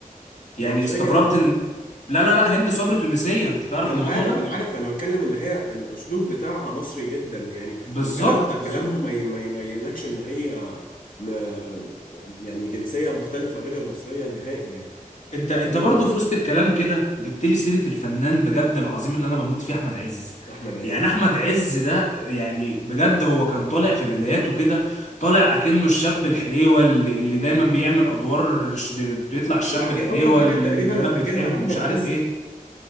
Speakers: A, on the left (about 55°); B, on the left (about 75°).
A: يعني
B: مصرية
A: استغربت ان لا لا لا هند صبري تونسية انت تعرف
B: انا
A: الموضوع
B: عارف
A: ده
B: انا عارف انا بتكلم ان هي الاسلوب بتاعها مصري جدا يعني
A: بالظبط
B: وكلامها
A: بالظبط
B: كلامها ما ي- ما يبينلكش ان هي م- يعني جنسيه مختلفه غير المصريه نهائي يعني
A: انت انت
B: عظيمه
A: برضه في وسط الكلام كده جبت لي سيره الفنان بجد العظيم اللي انا بموت فيه احمد عز
B: احمد عز
A: يعني احمد عز ده يعني بجد هو كان طالع في بداياته كده طالع اكنه الشاب الحليوه اللي, اللي دايما بيعمل ادوار ش- بيطلع الشاب
B: يعني
A: الحليوه
B: اول حاجه
A: اللي
B: تقريبا
A: البنات
B: افتكرها
A: بتحبه
B: لاحمد
A: ومش عارف
B: عز
A: ايه